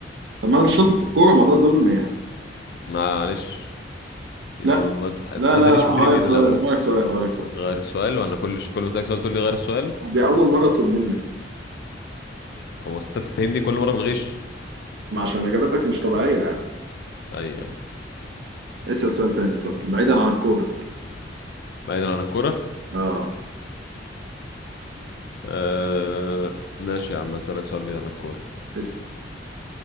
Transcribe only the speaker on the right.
طب ما أنا
مش شاطر في الكوره ما ده ظلم يعني
لا
لا
لا لا
غير
سؤال
غير سؤال غير سؤال
دي اول مره اطلب منك
ما عشان اجاباتك مش طبيعيه يعني
اسال سؤال تاني اتفضل بعيدا عن الكوره
اه
بس